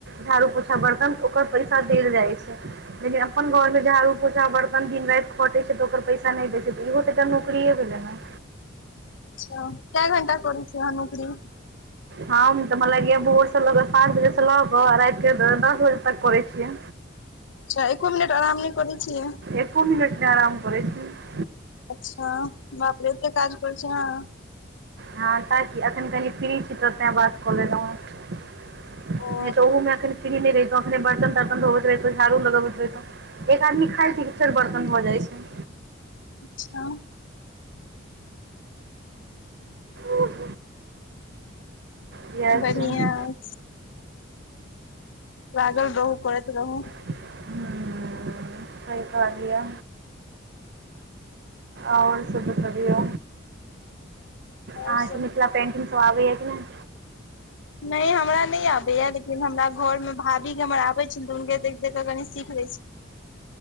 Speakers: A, on the right (about 55°); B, on the left (about 65°).
A: झाड़ू पोछा बर्तन ओकर पैसा देल जाइ छै, लेकिन अपन घर मे झाड़ू पोछा बर्तन दिन राति खटै छै तऽ ओकर पैसा नै दै छै तऽ इहो त एकटा नौकरिये भेलै न
B: अच्छा कए घंटा करै छियै अहाँ नौकरी
A: हम तऽ मरा लगैया भोर स लऽ क सात बजे स लऽ कऽ राति के दस बजे तक करै छियै
B: अच्छा एको मिनट आराम नै करै छियै
A: एको मिनट नै आराम करै छीयै
B: अच्छा बापरे एतेऽ काज करै छीयै आहाॅं
A: हँ ताकि एखन कनि फ्री छी तऽतें बात कऽ लेलौं हेँ
B: ओ
A: नै तऽ ओहो अखन फिरी नै रहितौ अखने बर्तन तर्तन धोबैत रहितौ झारू लगबैत रहहितौ एक आदमी खाइ छै कि फेर बर्तन भऽ जाइ छै।
B: अच्छा
A: ओ <unintelligible> किया
B: बढ़िया
A: से हुँ
B: अछि लागल रहू करैत रहू
A: हूँ सही कहलियैया आओर सब बतबियो‌
B: और
A: आहाॅंके
B: सब
A: मिथिला पेंटिंग सब आबैया कि नय
B: नै हमरा नै आबैया लेकिन हमरा घर मे भाभी के हमर आबे छै तऽ हुनके देख कऽ कनी सीख लै छी